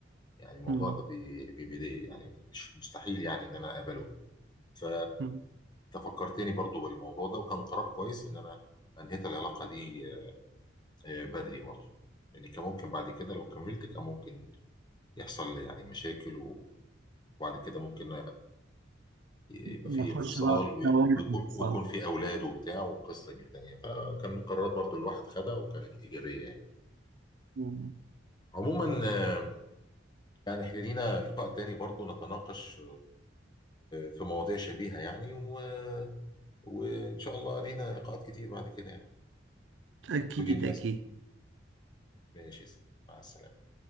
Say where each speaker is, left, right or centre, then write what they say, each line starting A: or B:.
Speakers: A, on the left; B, on the right.
A: يعني الموضوع
B: مم.
A: ده بي- بيضايق يعني مش- مستحيل يعني ان انا اقبله ف
B: مم.
A: انت فكرتني برضو بالموضوع ده وكان قرار كويس ان انا انهيت العلاقة دي آه، بدري برضه لان كان ممكن بعد كده لو كملت كان ممكن يحصل لي يعني مشاكل و- وبعد كده ممكن يبقى
B: نخش
A: فيه انفصال
B: بقى
A: وي-
B: في دوامة
A: ويكون
B: الانفصال
A: ويكون فيه اولاد وبتاع وقصه جدا يعني فكان قرارات برضه الواحد خدها وكانت ايجابيه يعني
B: مم.
A: عموما آه، يعني احنا لينا لقاء تاني برضه نتناقش آه، في مواضيع شبيهه يعني و... وان شاء الله لينا لقاءات كتير بعد كده يعني
B: اكيد
A: كل الناس
B: اكيد
A: ماشي يا سيدي. مع السلامه